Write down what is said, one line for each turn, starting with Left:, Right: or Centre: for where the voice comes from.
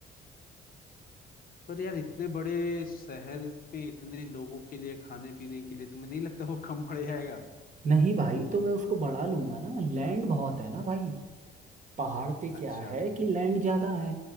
Left: पर यार इतने बड़े शहर में इतने लोगों के लिए खाने पीने के लिए तुम्हें नहीं लगता वो कम पड़ जाएगा
Right: नहीं भाई तो मैं उसको बढ़ा लूंगा ना लैंड बहुत है ना भाई पहाड़ पे क्या
Left: अच्छा
Right: है कि लैंड ज्यादा है